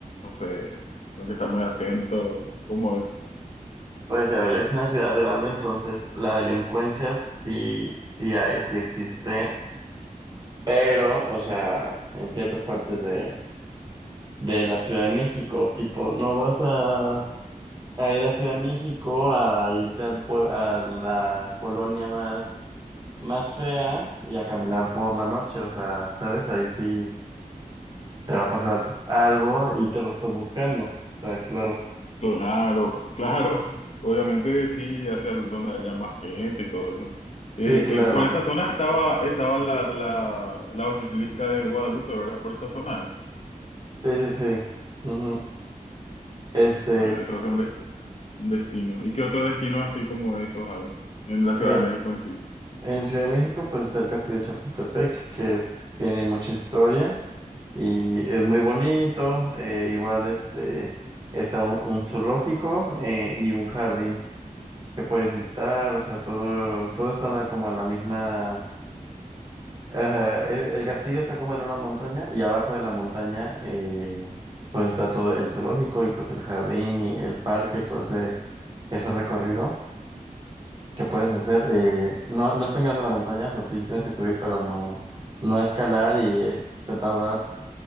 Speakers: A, on the left; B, on the right.
A: sé, tengo que estar muy atento. ¿Cómo es?
B: Pues a ver, es una ciudad grande, entonces la delincuencia sí, sí hay, sí existe, pero, o sea, en ciertas partes de, de la Ciudad de México, tipo, no vas a, a ir a Ciudad de México a irte al pue- a la colonia más, más fea y a caminar por la noche, o sea, ¿sabes? Ahí sí. te va a pasar algo y te lo estás buscando. O sea, claro.
A: Claro, <laughs> claro. Obviamente sí, hacia el- donde haya más gente y todo eso. Eh,
B: Sí, claro.
A: eh, por esa zona estaba, estaba la, la, la Basílica de Guadalupe, ¿verdad? Por esa zona es.
B: Sí, sí, sí. Ujú. Este,
A: Bueno, eso es un, des- un destino. ¿Y qué otro destino así como esos hay en la
B: eh,
A: Ciudad de México en sí?
B: en Ciudad de México, pues está el Castillo de Chapultepec, que es, tiene mucha historia y es muy bonito. Eh, igual, este, está un, un zoológico eh, y un jardín que puedes visitar. O sea, todo, todo está en la- como en la misma Ajá, e- el, castillo está como en una montaña y abajo de la montaña eh, pues está todo el zoológico y pues el jardín y el parque, todo ese, ese recorrido que puedes hacer. Eh, no, no es tan grande la montaña, o sea, ti- tienes que subir, pero no, no escalar y eh, te tardas